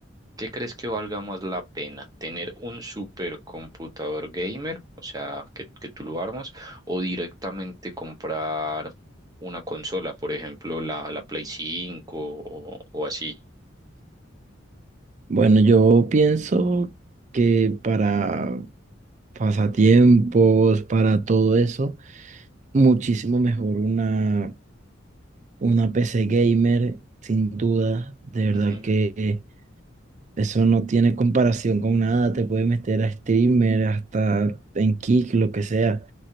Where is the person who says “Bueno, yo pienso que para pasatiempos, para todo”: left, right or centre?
Right